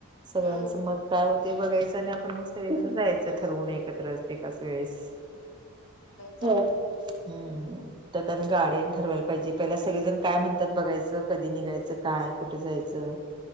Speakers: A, on the right (about 20°); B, on the left (about 55°).
A: सगळ्यांचं
B: हम्म
A: मत काय होत बघायचं आणि आपण मग सगळे जण जायचं. अस ठरवून एकत्र एकाच वेळेस
B: चालतय
A: होय
B: की
A: चालत. हम् तेतन गाडी न ठरवायला पाहिजे पहि सगळेजण काय म्हणते. त्यात बघायचं कधी निघायचं कायय कुठं जायचं